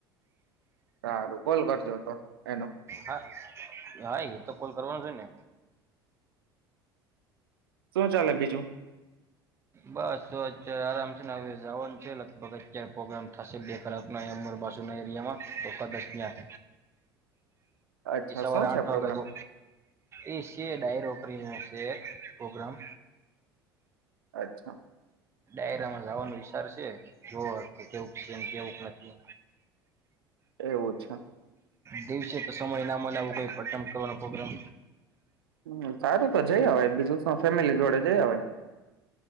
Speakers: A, on the right; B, on the right.
A: સારું કોલ કરજો તો એનો.
B: હા હા એ તો કોલ કરવો છે ને.
A: શું ચાલે બીજું
B: બસ જો અત્યારે આરામ છે. ને હવે જાવાનું છે લગભગ અત્યારે પ્રોગ્રામ થશે બે કલાકમાં અહ્યા અમારા બાજુ એરિયામા તો કદાચ ત્યાં.
A: અચ્છા
B: એ સવારે
A: શું
B: આઠ
A: છે પ્રોગ્રામ
B: વાગે હતો એ સે ડાયરો. ફ્રી માં શે પ્રોગ્રામ.
A: અચ્છા.
B: ડાયરામાં જવાનો વિચાર છે. જોવ કેવું છે કેવુંક નથી.
A: એ ઓછા.
B: દિવસે તો સમયના મળે આવું કોઈ પટમ કરવાનો પ્રોગ્રામ
A: હમ્મ સારું તો જઈ અવાય બીજું શું ફેમિલી જોડે જઈ અવાય.